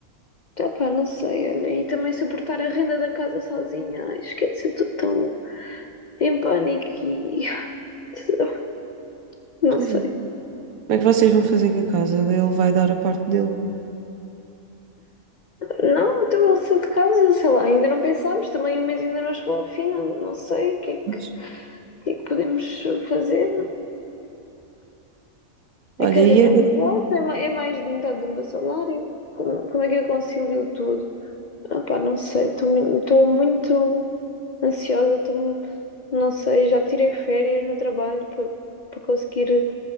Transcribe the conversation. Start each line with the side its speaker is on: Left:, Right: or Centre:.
Left: Ah, pá, não sei, olha, e também suportar a renda da casa sozinha, ai, esquece é tudo tão em pânico e <laughs> não
Right: Pois
Left: sei.
Right: é. Como é que vocês vão fazer com a casa? Ele vai dar a parte dele.
Left: Não, então ele saiu de casa, sei lá, ainda não pensámos, também o mês ainda não chegou ao fim, não, não sei o que, é que,
Right: Mas,
Left: que é que podemos fazer.
Right: olha,
Left: É que a renda
Right: e agora?
Left: é muito alta, é, é mais de metade do meu salário. Como, como é que eu concilio tudo? Ah, pá, não sei, estou muito ansiosa, estou, não sei, já tirei férias no trabalho para para conseguir